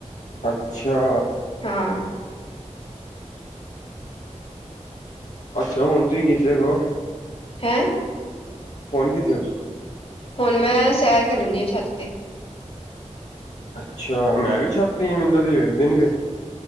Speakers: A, on the left (about 70°); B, on the left (about 50°).
A: ਅੱਛਾ।
B: ਹਾਂ।
A: ਅੱਛਾ ਹੁਣ ਤੁਸੀਂ ਕਿਸ ਜਗ੍ਹਾ ਓ
B: ਹੈਂ।
A: ਹੁਣ ਕਿਥੇ ਆ
B: ਹੁਣ, ਮੈਂ ਸੈਰ ਕਰਨ ਡਈ ਆ ਛੱਤ ਤੇ
A: ਅੱਛਾ, ਮੈਂ ਵੀ ਛੱਤ ਤੇ ਆ, ਮੈਨੂੰ ਤੇ ਤੁਸੀ ਵਿਖਦੇ ਨੀਂ ਪਏ।